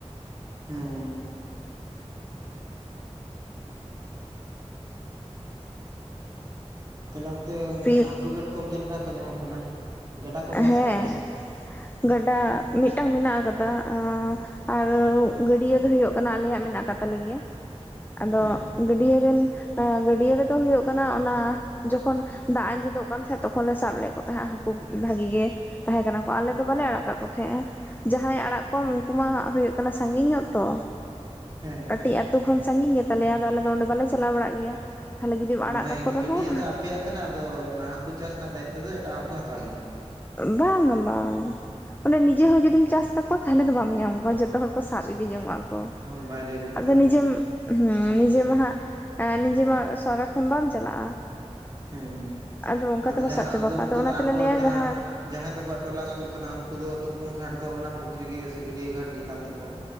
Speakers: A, on the right (about 35°); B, on the left (about 15°).
A: ᱦᱮᱸ ᱛᱟᱦᱚᱞᱮ ᱚᱱᱛᱮ
B: ᱯᱤᱴ
A: ᱦᱟᱹᱠᱩ ᱠᱟᱴᱠᱚᱢ ᱪᱮᱫ ᱞᱮᱠᱟ ᱠᱚ ᱧᱟᱢᱚᱜ ᱠᱟᱱᱟ? ᱜᱟᱰᱟ ᱠᱚ
B: ᱦᱮᱸ
A: ᱢᱮᱱᱟᱜ ᱟᱥᱮ ᱵᱟᱝ ᱟᱯᱮ ᱥᱮᱫ
B: ᱜᱟᱰᱟ ᱢᱤᱫᱴᱟᱝ ᱢᱮᱱᱟᱜ ᱟᱠᱟᱫᱟ, ᱚᱸ ᱟᱨ ᱜᱟᱹᱰᱭᱟᱹ ᱫᱚ ᱦᱩᱭᱩᱜ ᱠᱟᱱᱟ ᱟᱞᱮᱭᱟᱜ ᱢᱮᱱᱟᱜ ᱠᱟᱜ ᱛᱟᱞᱮ ᱜᱮᱭᱟ ᱟᱫᱚ
A: ᱦᱮᱸ
B: ᱜᱟᱹᱰᱭᱟᱹ ᱨᱮᱱ ᱜᱟᱹᱰᱭᱟᱹ ᱨᱮᱫᱚ ᱦᱩᱭᱩᱜ ᱠᱟᱱᱟ ᱚᱱᱟ ᱡᱚᱠᱷᱚᱱ ᱫᱟᱜ ᱟᱸᱡᱮᱫᱚᱜ ᱠᱟᱱ ᱛᱟᱦᱮᱸᱫ ᱛᱚᱠᱷᱚᱱ ᱞᱮ ᱥᱟᱵ ᱞᱮᱫ ᱠᱚ ᱛᱟᱦᱮᱸᱫ ᱦᱟᱠᱩ᱾ ᱵᱷᱟᱜᱤ ᱜᱮ ᱛᱟᱦᱮᱸ ᱠᱟᱱᱟ ᱠᱚ ᱟᱞᱮ
A: ᱦᱮᱸ
B: ᱫᱚ ᱵᱟᱞᱮ ᱟᱲᱟᱜ ᱠᱟᱜ ᱠᱚ ᱛᱟᱦᱮᱸᱜᱼᱟ ᱡᱟᱦᱟᱸᱭ ᱟᱲᱟᱜ ᱠᱚᱣᱟᱢ ᱩᱱᱠᱩ ᱢᱟ ᱦᱩᱭᱩᱜ ᱠᱟᱱᱟ ᱥᱟᱺᱜᱤᱧ ᱧᱚᱜ ᱛᱚ᱾
A: ᱦᱮᱸ ᱦᱮᱸ
B: ᱠᱟᱹᱴᱤᱡ ᱟᱹᱛᱩ ᱠᱷᱚᱱ ᱥᱟᱺᱜᱤᱧ ᱜᱮᱛᱟ ᱞᱮᱭᱟ ᱟᱫᱚ ᱟᱞᱮ ᱫᱚ ᱚᱸᱰᱮ ᱵᱟᱞᱮ ᱪᱟᱞᱟᱣ ᱵᱟᱲᱟᱜ ᱜᱮᱭᱟ᱾ ᱦᱟᱱᱮ ᱡᱩᱫᱤᱢ ᱟᱲᱟᱜ
A: ᱢᱟᱱᱮ
B: ᱠᱟ ᱠᱚ ᱨᱮᱦᱚᱸ
A: ᱜᱟᱹᱰᱭᱟᱹ ᱫᱚ ᱟᱯᱮᱭᱟᱜ ᱠᱟᱱᱟ ᱟᱫᱚ ᱚᱱᱟ ᱦᱟᱹᱠᱩ ᱪᱟᱥ ᱨᱮᱱᱟᱜ ᱫᱟᱭᱤᱛᱛᱚ ᱫᱚ ᱮᱴᱟᱜ ᱦᱚᱲ ᱠᱚ ᱦᱟᱛᱟᱣ ᱜᱮᱭᱟ᱾
B: ᱵᱟᱝ ᱵᱟᱝ᱾ ᱚᱱᱮ ᱱᱤᱡᱮ ᱦᱚᱸ ᱡᱩᱫᱤᱢ ᱪᱟᱥ ᱠᱟᱠᱚᱣᱟ ᱛᱟᱦᱚᱞᱮ ᱫᱚ ᱵᱟᱢ ᱧᱟᱢ ᱠᱚᱣᱟ ᱡᱚᱛᱚ ᱦᱚᱲ ᱠᱚ ᱥᱟᱵ ᱤᱫᱤ ᱡᱚᱝ ᱚᱜ ᱟᱠᱚ᱾ ᱦᱚᱸ
A: ᱦᱳᱭ ᱵᱟᱭᱨᱮ ᱨᱮᱱ
B: ᱟᱫᱚ
A: ᱦᱮᱸ
B: ᱱᱤᱡᱮᱢ ᱦᱩᱸ ᱱᱤᱡᱮ ᱫᱚ ᱦᱟᱜ ᱱᱤᱡᱮ ᱢᱟ ᱥᱟᱨᱟ ᱠᱷᱚᱱ ᱵᱟᱢ ᱪᱟᱞᱟᱜᱼᱟ᱾
A: ᱦᱮᱸ
B: ᱟᱫᱚ ᱚᱱᱠᱟ ᱛᱮᱠᱚ
A: ᱡᱟᱦᱟᱸ
B: ᱥᱟᱵ ᱪᱟᱵᱟ ᱠᱚᱣᱟ
A: ᱱᱤᱛᱚᱜ
B: ᱟᱫᱚ ᱚᱱᱟ
A: ᱫᱚ
B: ᱛᱮᱞᱮ
A: ᱟᱠᱚ
B: ᱞᱟᱹᱭᱟ
A: ᱡᱟᱦᱟᱸᱭ
B: ᱡᱟᱦᱟᱸ
A: ᱡᱟᱦᱟᱸᱭ ᱛᱟᱠᱚᱣᱟᱜ ᱴᱚᱞᱟ ᱥᱩᱨ ᱠᱟᱱᱟ ᱩᱱᱠᱩ ᱫᱚ ᱛᱩᱯᱩᱱ ᱜᱷᱟᱴ ᱫᱚ ᱚᱱᱟ ᱯᱩᱠᱷᱨᱤ ᱜᱮ ᱥᱮ ᱜᱟᱹᱰᱭᱟᱹ ᱜᱷᱟᱴ ᱜᱮ ᱠᱟᱱ ᱛᱟᱠᱚᱣᱟ᱾